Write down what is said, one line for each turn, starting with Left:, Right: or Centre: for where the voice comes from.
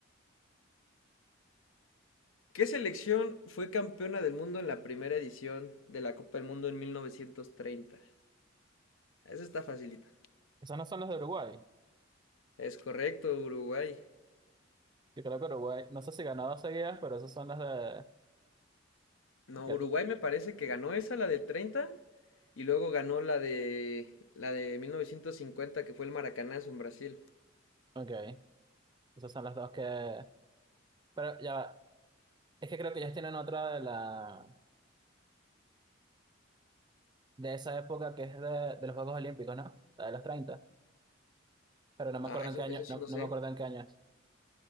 Left: ¿Qué selección fue campeona del mundo en la primera edición de la Copa del Mundo en 1930? Esa está facilita.
Right: Esos no son los de Uruguay.
Left: Es correcto, Uruguay.
Right: Yo creo que Uruguay, no sé si ganó dos seguidas, pero esos son los de...
Left: No,
Right: ya
Left: Uruguay
Right: tú.
Left: me parece que ganó esa, la del 30 y luego ganó la de la de 1950 que fue el Maracanazo en Brasil.
Right: Ok, esos son los dos que... Pero ya va. Es que creo que ellos tienen otra de la... de esa época que es de, de los Juegos Olímpicos, ¿no? La de los 30. Pero no me
Left: Ah,
Right: acuerdo
Left: eso,
Right: en qué año,
Left: eso sí
Right: no,
Left: no
Right: no
Left: sé.
Right: me acuerdo en qué año es.